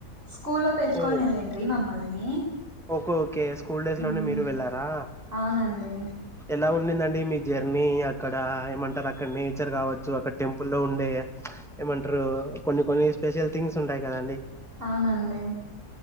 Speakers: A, on the right; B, in the centre.
A: స్కూల్లో పిలుచుకొని
B: ఓ
A: వెళ్ళిండ్రి మమ్మల్ని
B: ఓకే ఓకే స్కూల్ డేస్ లోనే
A: మ్
B: మీరు వెళ్లారా
A: అవునండి
B: ఎలా ఉండిందండి మీ జర్నీ అక్కడ ఏమంటారు అక్కడ నేచర్ కావచ్చు అక్కడ టెంపుల్ లో ఉండే ఏమంటరు కొన్ని కొన్ని స్పెషల్ థింగ్స్ ఉంటాయి కదండి
A: అవునండి